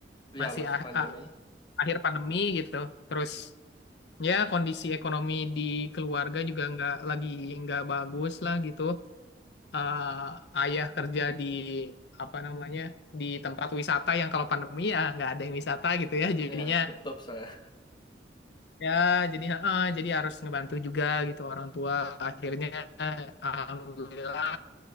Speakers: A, on the left (about 25°); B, on the left (about 70°).
A: iya
B: masih
A: masih
B: a-
A: pandemi.
B: a- akhir pandemi gitu. Terus ya kondisi ekonomi di keluarga juga nggak lagi nggak bagus lah gitu. Eh, ayah kerja di apa namanya di tempat wisata yang kalau pandemi ya nggak ada yang wisata gitu ya. Jadinya
A: ya tutup soalnya
B: ya jadi eh, jadi harus ngebantu juga gitu orang tua. Akhirnya Alhamdulillah